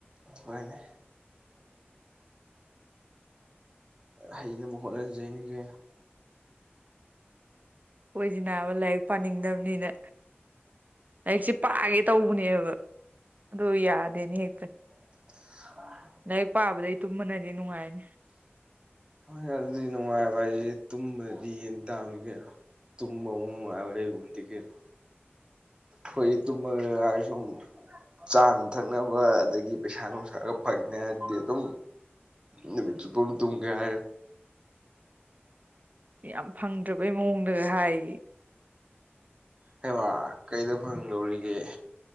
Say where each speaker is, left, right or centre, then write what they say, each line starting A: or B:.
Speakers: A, on the right; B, on the right.
A: ꯅꯦ ꯍꯩꯅꯅꯕ ꯍꯣꯠꯅꯖꯅꯤ ꯀꯅ
B: ꯑꯣꯏꯣꯏꯁꯤꯅꯥꯕ ꯂꯥꯏꯔꯤꯛ ꯄꯥꯅꯤꯡꯗꯕꯅꯤꯅ ꯍꯛꯁꯦ ꯄꯥꯒꯦ ꯇꯧꯕꯅꯦꯕ ꯑꯗꯨ ꯌꯥꯗꯦꯅꯦ ꯍꯦꯛꯇ
A: ꯑ
B: ꯂꯥꯏꯔꯤꯛ ꯄꯥꯕꯗꯩ ꯇꯨꯝꯃꯅꯗꯤ ꯅꯨꯡꯉꯥꯏꯅꯤ
A: ꯍꯣꯏ ꯑꯗꯨꯗꯤ ꯅꯨꯡꯉꯥꯏꯕ ꯍꯥꯏꯁꯦ ꯇꯨꯝꯕꯗꯗꯤ ꯌꯦꯟ ꯇꯥꯝꯃꯤ ꯀꯩꯅꯣ ꯇꯨꯝꯝꯕ ꯎ ꯍꯦ ꯍꯟꯗꯒꯦꯔ ꯍꯣꯏ ꯇꯃꯁꯨ ꯆꯥꯅ ꯊꯛꯅꯕ ꯑꯗꯒꯤ ꯄꯩꯁꯥ ꯅꯨꯡꯁꯥꯒ ꯐꯪꯅꯤ ꯍꯥꯏꯗꯤ ꯑꯗꯨꯝ ꯅꯨꯃꯤꯠꯁꯨ ꯄꯟ ꯇꯨꯒꯦꯏ
B: ꯌꯥꯝ ꯐꯪꯗ꯭ꯔꯕꯩ ꯃꯑꯣꯡꯗ ꯍꯥꯏ
A: ꯍꯦꯃ ꯀꯩꯗ ꯐꯪꯗꯧꯔꯤꯒꯦ